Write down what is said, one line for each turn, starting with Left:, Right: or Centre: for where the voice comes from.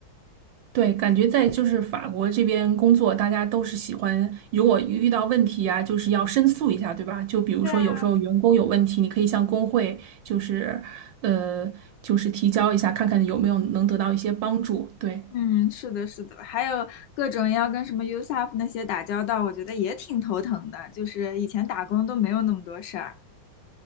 Right: 对，感觉在就是法国这边工作，大家都是喜欢，如果遇到问题呀、就是要申诉一下，对吧？就比如说有时候员工有问题，
Left: 对啊，
Right: 你可以向工会，就是，呃，就是提交一下，看看有没有能得到一些帮助。对，
Left: 嗯，是的，是的，还有各种要跟什么 USAF 那些打交道，我觉得也挺头疼的。就是以前打工都没有那么多事儿。